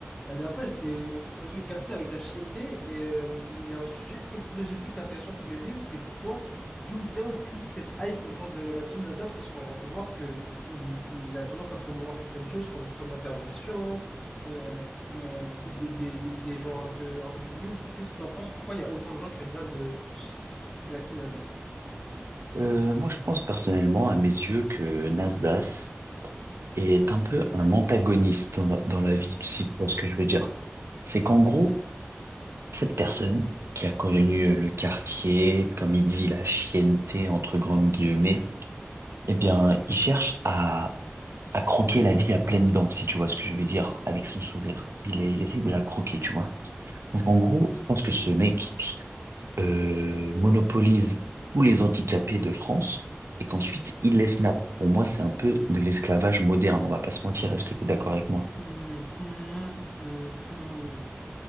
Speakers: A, on the left; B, on the right.
A: La dernière fois, j'étais posé au quartier avec la Chienté et euh, il y a un sujet très philosophique intéressant qui m'est venu. C'est pour toi, d'où vient toute cette hype autour de la team Nasdaq? Parce qu'on on peut voir que hum, il, il a tendance à promouvoir certaines choses comme, comme la perversion, euh, le, le- des, des- des- des gens un peu, un peu tout nus. Qu'est-ce que tu en penses? Pourquoi il y a autant de gens qui regardent euh, la team Nasdaq?
B: Euh, moi, je pense personnellement, à mes yeux, que Nasdaq est un peu un antagoniste dans la, dans la vie, si tu vois ce que je veux dire. C'est qu'en gros, cette personne qui a connu le quartier, comme il dit, la chienneté, entre grandes guillemets, eh bien, il cherche à, à croquer la vie à pleines dents, si tu vois ce que je veux dire, avec son sourire. Il, est- il essaie de la croquer, tu vois. Donc, en gros, je pense que ce mec, euh, monopolise tous les handicapés de France et qu'ensuite il les snap. Pour moi, c'est un peu de l'esclavage moderne, on va pas se mentir. Est-ce que tu es d'accord avec moi?
A: Mhm, mhm.